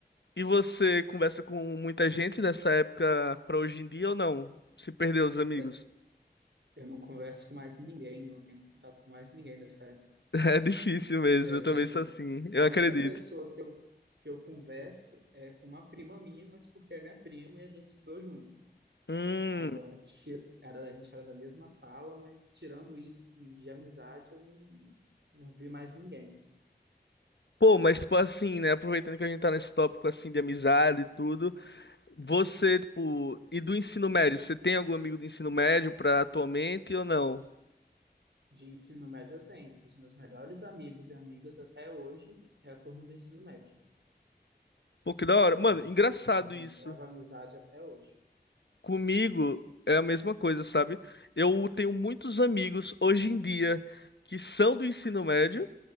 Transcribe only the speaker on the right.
Cê- Eu não converso com mais ninguém, não tenho contato com mais ninguém dessa época.
Você
acredita?
A
única
pessoa que eu, que eu converso é com uma prima minha, mas porque é minha prima e a gente estudou junto.
Agora, ti- era, a gente era da mesma sala, mas tirando isso, assim, de amizade, eu não, não vi mais ninguém.
De ensino médio eu tenho. Os meus melhores amigos e amigas até hoje é a turma do ensino médio.
A gente,
a gente
leva amizade até hoje.